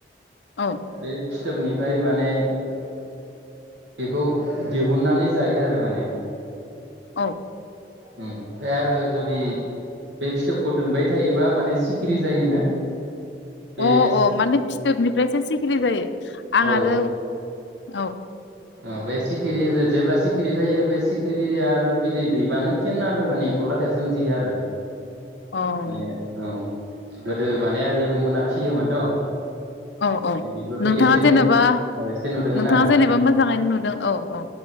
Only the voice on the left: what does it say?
औ
औ
अ अ माने फिथोबनिफ्रायसो सिखिरि जायो आं
आरो औ
औ
औ औ
नोंथाङा
जेनेबा
नोंथाङा
जेनेबा मोजां मोजाङैनो नुदों औ औ